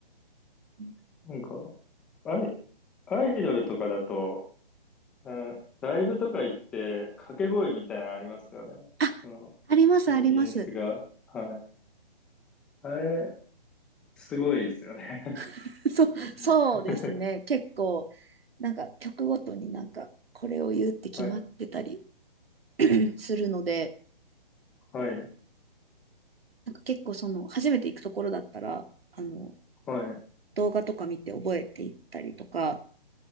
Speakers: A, on the right (about 80°); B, in the centre.
A: うん
B: なんか、アイ、アイドルとかだと、あライブとか行って、掛け声みたいなのありますよね。
A: あ、
B: その、
A: あります、
B: オーディエンスが。
A: あります。
B: はい。あれ、すごいですよね。
A: <laughs> そう、そうですね。
B: <laughs>
A: 結構、なんか曲ごとになんか、これを言うって決まってたり
B: はい。
A: <clears throat> するので、
B: はい。
A: なんか結構その、初めて行くところだったら、あの、
B: はい。
A: 動画とか見て覚えていったりとか